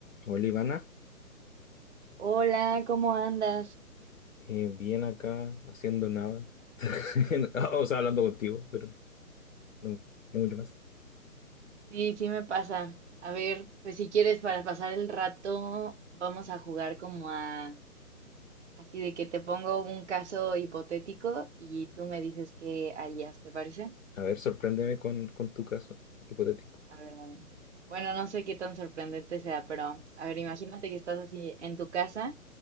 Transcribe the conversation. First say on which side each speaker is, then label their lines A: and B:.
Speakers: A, on the left (about 60°); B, on the right (about 50°).
A: Hola Ivana,
B: Hola, ¿cómo andas?
A: Eh, bien acá haciendo nada, <laughs> o sea, hablando contigo, pero no, no mucho más.
B: Sí, sí me pasa. A ver, pues si quieres para pasar el rato, vamos a jugar como a así de que te pongo un caso hipotético y tú me dices qué harías, ¿te parece?
A: A ver, sorpréndeme con, con tu caso hipotético.
B: A ver, a ver. Bueno, no sé qué tan sorprendente sea, pero a ver, imagínate que estás así en tu casa,